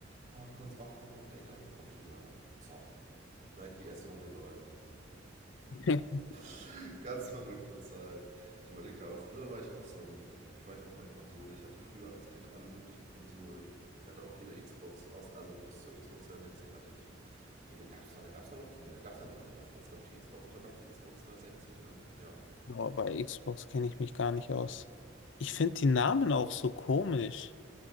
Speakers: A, on the right (about 45°); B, on the left (about 70°).
A: Ah, kurz wach geworden, Digga. Computer an. Zocken. Direkt die erste Runde LOL.
B: <laughs>
A: <laughs> Ganz verrückte Zeit. Ich überlege gerade, aber früher war ich auch so ein, hab ich, war ich auch mit Konsole. Ich hatte früher als Kind alle möglichen Konsolen. Ich hatte auch jede Xbox, aus, also bis zur Xbox 360 hatte ich hier, da gab es da gab's ja überhaupt so. Nee, da gab es ja nur eine davor. Es gab die Xbox und da gab es die Xbox 360, ne? Ja.
B: Boah, bei Xbox kenne ich mich gar nicht aus. Ich finde die Namen auch so komisch.